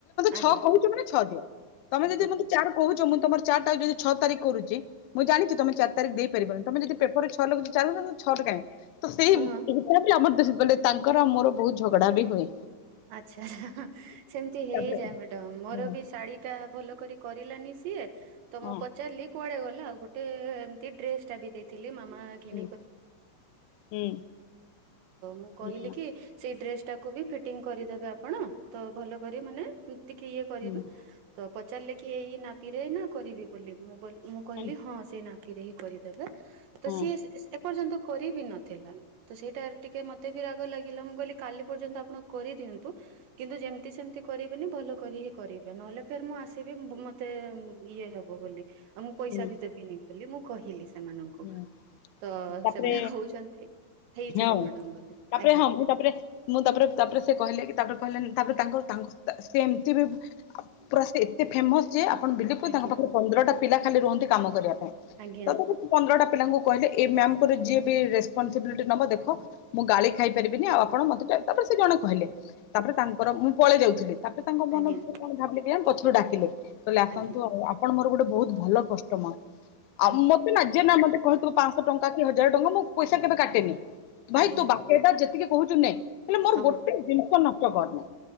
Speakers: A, on the right; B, on the left.
A: ଆଜ୍ଞା
B: ଛଅ କହୁଛ ମାନେ ଛଅ ଦିଅ ତମେ
A: ଆଜ୍ଞା
B: ଯଦି ମେ ଚାର କହୁଛ। ଁ ତମ ଚାରିାରିଖି ଛଅ ତିଖୁଛି ମୁଁ ଜଣିୁ ତମ ଚାରିଖ ଦେଇ ପାରିବନିମ ଯି ପେପ ଛ ଲାଗୁଛିାର ଛ ଟାଁ ତ ସେଇ
A: ହଁ।
B: ଏଇଛା ବି ଆମର ଦେ ବୋଇଲେ ତାଙ୍କର ମୋର ବହୁତ ଝଗଡା ବି ହୁଏ।
A: ଆଚ୍ଛା ସେମିତି ହେଇଯାଏ
B: ତାପରେ
A: ମ ମୋର
B: ହଁ
A: ବି ଶାଢୀ ଟା ଭଲ ଭଲ କରି କରଲାନି ସିଏ ତ
B: ହଁ
A: ମୁଁ ପଚାରିଲି କୁଆଡେ ଗଲେ ହେଲା ଆଉ ଗୋଟେ ଏମତି ଡ୍ରେସ ଟା ବି ଦେଇ ମ କି
B: ହୁଁ
A: ଜ
B: ହୁଁ
A: ମୁ
B: ହୁଁ
A: କି? କୁ ବି ଫଟ କଟିଂ କରିଦେବେ ଆପଣ ତ ଭଲ କରି ମାନେ ଟିକେ ଇଏ କରିବେ
B: ହୁଁ
A: ତ ପଚାରିଲେ କି ଏଇ ନା ପିରେ ନା କରିବି ବୋଲି ମୁଁ ମୁଁ କହିଲି
B: ହୁଁ
A: ହଁ ସେଇ ନା କିିରେ ହି କରିଦେବେ ତ
B: ହଁ
A: ସିଏ ପର୍ଯ୍ୟନ୍ତ କରିିବ ନଥିଲା। ତ ସେଇଟା ଟିକେ ମତେ ବି ରାଗ ଲାଗିଲା ମୁଁ କହିଲି କାଲି ପର୍ଯ୍ୟନ୍ତ ଆପଣ କରିଦିଅନ୍ତୁ। କିନ୍ତୁ ଯେମିତି ସେମିତି କରିବେନି ଭଲ କରି ହି କରିବେ ନହେଲେ ଫେର୍ ମୁଁ ଆସିବି ମତେ ଇଏ ହବ ବୋଲି ଆଉ ମୁଁ ପଇସା
B: ହୁଁ
A: ଭି ଦେବିନି ବୋଲି ମୁଁ କହିଲି ସେମାନଙ୍କୁ
B: ହୁଁ
A: ତ
B: ତାପରେ
A: ସେମାନେ କହୁଛନ୍ତି ହେଇଯିବ
B: ହଁ
A: ମ୍ୟାଡାମ ବୋଲି
B: ତାପରେ
A: ଆଜ୍ଞା
B: ହଁ ମୁଁ ତାପରେ ମୁଁ ତାପରେ ତାପରେ ସେ କହିଲେ କି ତାପରେ କହିଲେ ତାପରେ ତାଙ୍କର ତାଙ୍କ ସେ ଏମିତି ବି ପୁରା ସେ ଏତେ ଫେମସ୍ ଯେ ଆପଣ ବିଲେପୁ
A: ଆଜ୍ଞା
B: ତାଙ୍କ ପାଖରେ ପନ୍ଦରଟା ପିଲା ଖାଲି ରୁହନ୍ତି କାମ କରିବା ପାଇଁ
A: ଆଜ୍ଞା
B: ତଥାପି ସେ ପନ୍ଦରଟା ପିଲାଙ୍କୁ କହିଲେ ଏ ମ୍ୟାମଙ୍କର ଯିଏ ବି ରେସପନସିବିଲିଟି ନବ ଦେଖ ମୁଁ ଗାଳି ଖାଇପାରିବିନି ଆଉ ଆପଣ ମତେ ତାପରେ ସେ ଜଣେ କହିଲେ ତାପରେ ତାଙ୍କର ମୁଁ ପଳେଇ ଯାଉଥିଲି ତାପରେ ତାଙ୍କ ମନ
A: ଆଜ୍ଞା
B: ଭରେ କଣ ଭାବିଲେ କେ ଡାକିଲେ ତହଲେ ଆସନ୍ତୁ
A: ଆଜ୍ଞା
B: ଆଉ ଆପଣ ମୋର ଗୋଟେ ବହୁତ ଭଲ କଷ୍ଟମର ଆଉ
A: ଆଜ୍ଞା
B: ମତେ ନା ମତେ କହିହୁଥିବ ପାଞ୍ଚଶହ ଟଙ୍କା କି ହଜାର ଟଙ୍କା ମୁଁ ପଇସା କେବେ କାଟେନି ଭାଇ
A: ଆଜ୍ଞା
B: ତୁ ବାକି ଯେତିକି କହୁଛୁ ନେ ହେଲେ ମୋର
A: ହଁ
B: ଗୋଟେ ଜିନିଷ ନଷ୍ଟ କରନି।